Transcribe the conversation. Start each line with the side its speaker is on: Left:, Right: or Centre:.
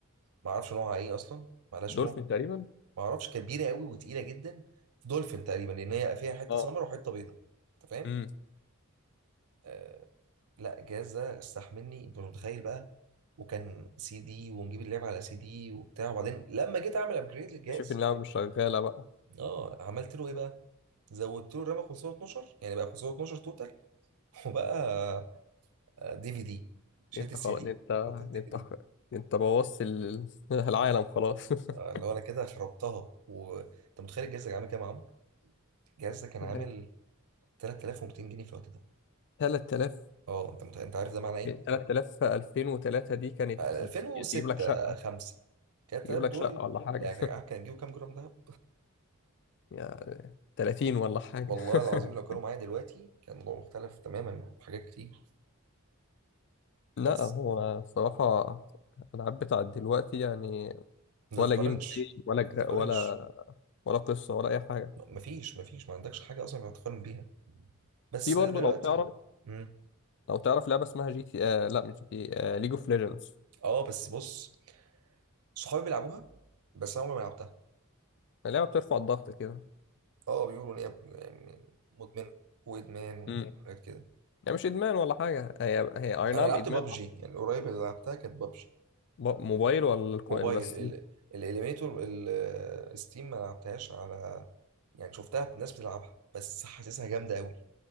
Right: ما أعرفش نوعها إيه أصلا معلهاش
Left: دولفين
Right: نوع
Left: تقريبا
Right: ما أعرفش كبيرة قوي وتقيلة جدا دولفين تقريبا لأن هي فيها حتة
Left: اه
Right: سمر وحتة بيضة أنت فاهم؟
Left: امم
Right: آه، لا الجهاز ده استحملني انت مش متخيل بقى وكان سي دي ونجيب اللعبه على سي دي وبتاع وبعدين لما جيت اعمل ابجريد للجهاز
Left: اكتشف اللعبه مش شغاله بقى
Right: اه عملت له ايه بقى زودت له الرامه 512 يعني بقى 512 توتال <laughs> وبقى دي في دي شلت
Left: دي انت
Right: السي
Left: خلاص
Right: دي
Left: دي انت
Right: حطيت دي
Left: دي انت
Right: في دي
Left: خ- دي انت بوظت ال- <laughs> العالم خلاص <laughs>
Right: آه، اللي هو انا كده خربتها وانت متخيل الجهاز ده كان عامل كام يا عمرو؟ الجهاز ده كان
Left: يعني
Right: عامل 3200 جنيه في الوقت ده
Left: 3000
Right: اه انت متخيل انت عارف ده معناه ايه؟
Left: 3000 2003 دي كانت
Right: آه، 2006
Left: تجيب لك شقة
Right: 5 3000
Left: تجيب لك
Right: دول
Left: شقة ولا حاجة
Right: يعني عارف كان هتجيبوا كام جرام دهب؟
Left: <laughs> يا 30 ولا حاجة
Right: والله
Left: <laughs>
Right: العظيم لو كانوا معايا دلوقتي كان الموضوع مختلف تماما في حاجات كتير
Left: لا
Right: بس
Left: هو بصراحة الألعاب بتاعت دلوقتي يعني
Right: ما
Left: ولا
Right: تتقارنش
Left: جيم بلاي ولا
Right: ما
Left: جرا
Right: تتقارنش
Left: ولا ولا قصة ولا أي حاجة
Right: مفيش مفيش ما عندكش حاجة أصلا ينفع تقارن بيها بس
Left: في برضه
Right: دلوقتي
Left: لو تعرف
Right: مم.
Left: لو تعرف لعبة اسمها جي تي آه لا مش جي تي آه ليج اوف ليجندز
Right: اه بس بص صحابي بيلعبوها بس انا عمري ما لعبتها
Left: لعبة بترفع الضغط كده
Right: اه بيقولوا ان هي يعني مدمنه وادمان
Left: امم
Right: وحاجات كده
Left: يعني مش إدمان ولا حاجة هي هي أي نعم
Right: انا لعبت
Left: إدمان
Right: بابجي
Left: آه،
Right: يعني قريب اللي لعبتها كانت بابجي
Left: ب- موبايل ولا الكو-
Right: موبايل
Left: ولا ستيم
Right: ال- الاليميتور الستيم ما لعبتهاش على يعني شفتها ناس بتلعبها بس حاسسها جامده قوي